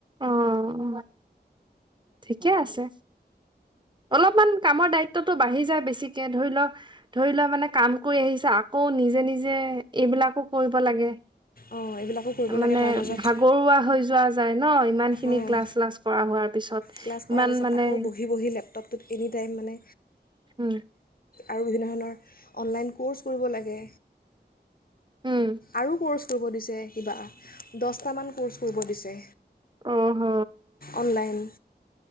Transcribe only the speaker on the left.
অঁ এইবিলাকো কৰিব
লাগে তাৰ মাজত
অঁ
ক্লাছ কৰাৰ
পিছত
আকৌ বহি বহি লেপটপটোত এনি টাইম মানে
আৰু বিভিন্ন ধৰণৰ অনলাইন ক'ৰ্চ কৰিব লাগে।
আৰু ক'ৰ্চ কৰিব দিছে কিবা, দহটামান ক'ৰ্চ কৰিব দিছে।
অনলাইন